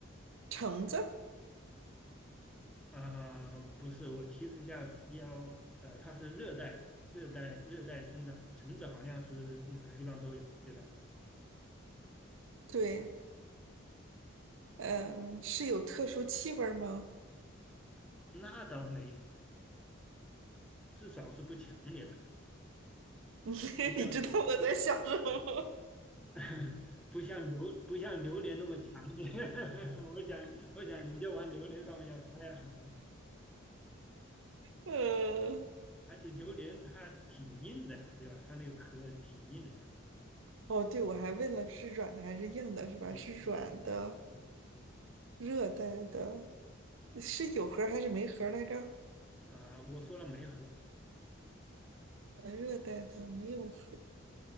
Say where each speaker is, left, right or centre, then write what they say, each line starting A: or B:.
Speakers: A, on the right; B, in the centre.
A: 橙子，
B: 啊？不是，我提示一下，要呃，它是热带、热带、热带生长的，橙子好像是哪个地方都有，对吧？
A: 对，嗯，是有特殊气味儿吗？
B: 那倒没有，至少是不强烈吧，
A: <laughs> 你知道我在想什么？
B: 不像不 <laughs> 不像榴不像榴莲那么强烈。<laughs> 我想，我想你就往榴莲上面要猜了，
A: 呃，
B: 而且榴莲它挺硬的呀，对吧？它那个壳挺硬的。
A: 哦，对，我还问了是软的还是硬的，是吧？
B: 对对
A: 是软的，
B: 对对，
A: 热带的，是有核儿还是没核儿来着？
B: 啊、我说了没核。
A: 呃，热带的没有核儿